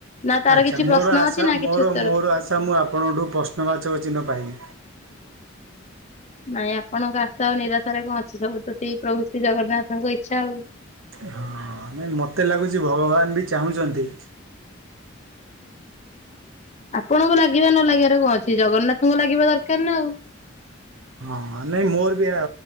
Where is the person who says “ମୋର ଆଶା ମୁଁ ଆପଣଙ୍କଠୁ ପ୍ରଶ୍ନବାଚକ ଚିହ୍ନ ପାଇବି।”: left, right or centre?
Right